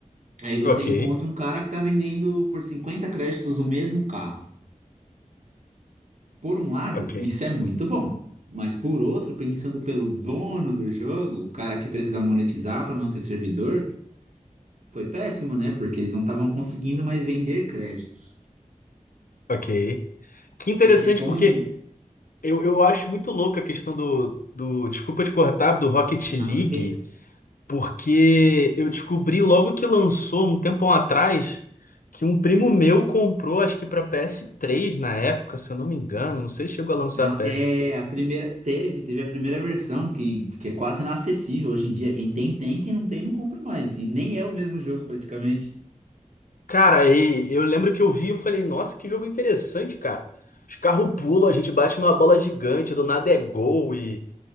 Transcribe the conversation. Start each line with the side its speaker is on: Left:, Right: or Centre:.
Right: Aí você
Left: Ok,
Right: encontra um cara que tá vendendo por 50 créditos o mesmo carro. Por um lado,
Left: ok,
Right: isso é muito bom. Mas por outro, pensando pelo dono do jogo, o cara que precisa monetizar para manter servidor, foi péssimo, né? Porque eles não estavam conseguindo mais vender créditos.
Left: ok. Que interessante,
Right: Porque como
Left: porque eu, eu acho muito louca a questão do, do. Desculpa te cortar, do Rocket
Right: nada
Left: League,
Right: que é
Left: porque eu descobri logo que lançou, um tempão atrás, que um primo meu comprou, acho que para ps três na época, se eu não me engano, não sei se chegou a lançar
Right: Não,
Left: ps
Right: é
Left: três.
Right: a primeira. Teve, teve a primeira versão que, que é quase inacessível hoje em dia. Quem tem, tem, quem não tem, não compra mais. E nem é o mesmo jogo praticamente.
Left: Cara, e eu lembro que eu vi e falei, nossa, que jogo interessante, cara. Os carros pulam, a gente bate numa bola gigante, do nada é gol e.